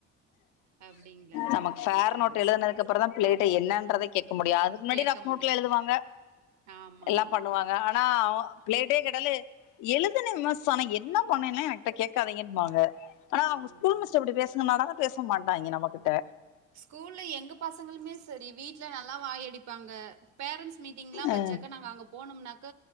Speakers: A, on the right; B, on the left.
A: அப்டிங்களா
B: நமக்கு ஃபேர்
A: சரி
B: நோட் டு எழுதனதுக்கப்பறோ
A: சரி
B: தா பிள்ளைட்ட என்னான்றத கேக்க முடியு அது முன்னாடி
A: கேக்க
B: ரஃப்
A: முடியும்
B: நோட்ல எழுதுவாங்க
A: ஆமா,
B: எல்லா
A: ஆமா.
B: பண்ணுவாங்க அ னா பிள்ளைகிட்டே கேட்டாலு எழுதுன மிஸ் அனா என்ன பண்ணேன்லா எனக் ட்ட கேக்காதீங்கம்பாங்க அனா
A: ஆமா.
B: அவுங்க ஸ்கூல் மிஸ்ட்ட இப்டி பேசுங்கன்னாடா பேச மாட்டாயிங்க நம்மகிட்ட
A: ஸ்கூல்ல எங்க பசங்களுமே செரி வீட்ல நல்லா வாயடிப்பாங்க பேரண்ட்ஸ் மீட்டிங்லா
B: அ
A: வச்சாக்க நாங்க அங்க போனம்னாக்க